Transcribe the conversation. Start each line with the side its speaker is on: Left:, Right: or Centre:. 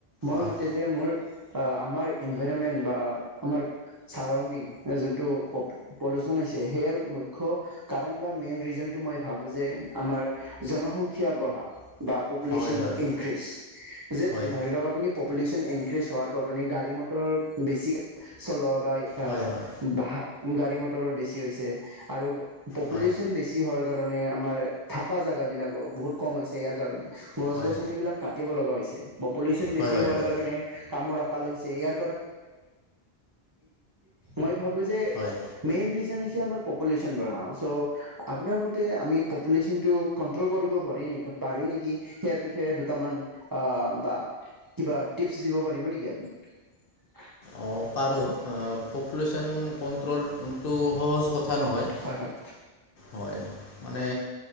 Right: মোৰ
Left: অঁ
Right: মতে যে মোৰ আ আমাৰ এনভাইৰমেণ্ট বা আমাৰ ছাৰাউণ্ডিং যিটো অপ পলিউশ্যন হৈছে সেয়াৰ মুখ্য কাৰণ বা মেইন ৰিজনটো মই ভাবো যে আমাৰ জনসংখ্যা বঢ়া বা পপুলেশ্যন
Left: হয় হয়
Right: ইনক্ৰিজ যে
Left: হয়
Right: ধৰি লক আপুনি পপুলেশ্যন ইনক্ৰিজ হোৱাৰ কাৰণে গাড়ী ম তৰ বেছিকে চলোৱা বাই আ
Left: হয় হয়
Right: বাহা গাড়ী মটৰৰ বেছি হৈছে আৰু পপুলেশ্যন
Left: হয়
Right: বেছি কিহৰ কাৰণে আমাৰ থকা জেগা বিলাকো বহুত কম হৈছে ইয়াৰ কাৰণে গছ-গছনী
Left: হয়
Right: বিলাক কাটিব লগা হৈছে পপুলেশ্যন বেছি
Left: হয় হয়
Right: হোৱাৰ
Left: হয়
Right: কাৰণে কামৰ আকাল হৈছে ইয়াৰ মই ভাবো যে
Left: হয়
Right: মেইন ৰিজন হৈছে আমাৰ পপুলেশ্যন বঢ়া চ' আপোনাৰ মতে আমি পপুলেশ্যনটো কন্ট্ৰল কৰিব পাৰি-পাৰো নেকি সেইয়াৰ বিষয়ে দুটামান আ বা কিবা টিপছ দিব পাৰিব নেকি আপুনি? <inaudible>
Left: অ' পাৰো পপুলেশ্যন কণ্ট্ৰলটোটো সহজ কথা নহয়।
Right: হয় হয়।
Left: হয় মানে